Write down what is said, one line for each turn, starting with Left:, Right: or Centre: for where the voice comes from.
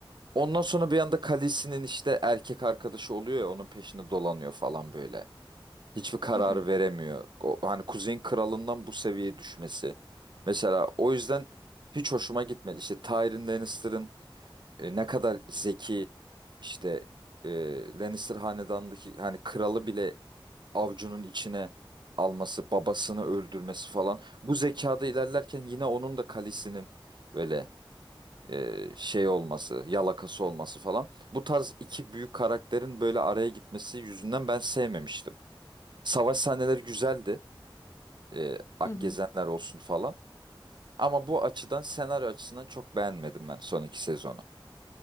Right: Ondan sonra bir anda Khaleesi'nin işte erkek arkadaşı oluyor ya onun peşinde dolanıyor falan böyle. Hiçbir karar
Left: Hı hı.
Right: veremiyor. O, hani Kuzey'in kralından bu seviyeye düşmesi. Mesela o yüzden hiç hoşuma gitmedi. İşte Tyrion Lannister'ın e, ne kadar zeki işte e, Lannister hanedanındaki hani kralı bile avcunun içine alması, babasını öldürmesi falan. Bu zekada ilerlerken yine onun da Khaleesi'nin böyle e, şey olması, yalakası olması falan. Bu tarz iki büyük karakterin böyle araya gitmesi yüzünden ben sevmemiştim. Savaş sahneleri güzeldi. E, Akgezenler
Left: Hı hı.
Right: olsun falan. Ama bu açıdan senaryo açısından çok beğenmedim ben son iki sezonu.